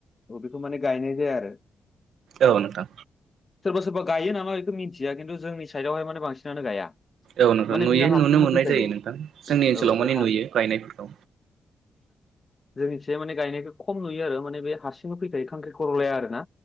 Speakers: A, on the left; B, on the right.
A: अ बेखौ माने गायनाय जाया आरो
B: औ नोंथां
A: सोरबा सोरबा गायो नामा बेखौ मिन्थिया खिन्थु जोंनि साइडआवहाय माने बांसिनानो गाया
B: औ नोंथां
A: माने
B: नुयो
A: बियो हारसिंनो
B: नुनो मोननाय
A: फैखायो
B: जायो नोंथां जोंनि ओनसोलाव
A: औ
B: माने
A: बे हा
B: नुयो गायनायफोरखौ।
A: जोंनिथिंजाय माने गायनायखौ खम नुयो आरो माने बे हारसिंनो फैखायो खांख्रिखर'लाया आरोना